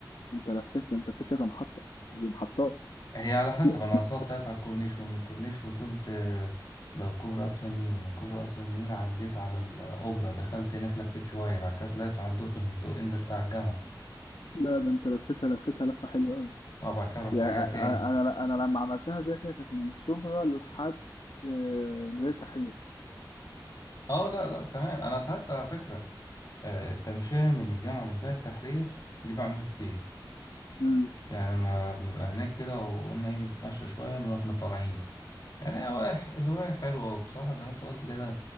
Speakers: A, on the left; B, on the left.
A: انت لفيت ده انت في كذا محطة دي محطات
B: هي على حسب
A: <laughs>
B: أنا أصلا طلعت على الكورنيش ومن الكورنيش وصلت آه، لكوبري قصر النيل ومن كوبري قصر النيل عديت على الأوبرا دخلت هناك لفيت شوية بعد كده طلعت على الدقي من الدقي نزلت على الجامعة
A: لا ده انت لفيتها لفيتها لفة حلوة قوي
B: وبعد كده رحت
A: يعني
B: راجع
A: أ-
B: تاني
A: أ- انا انا لما عملتها زي كده كانت من شبرا لحد آه، ميدان التحرير
B: اه لا لا تمام أنا ساعات على فكرة آه، التمشية من الجامعة لمدينة التحرير دي بعملها كتير
A: امم
B: يعني لما بنبقى هناك كده وقلنا ايه نتمشى شوية نروح طالعين يعني هي هواية هواية حلوة وبصراحة زي ما انت قلت كده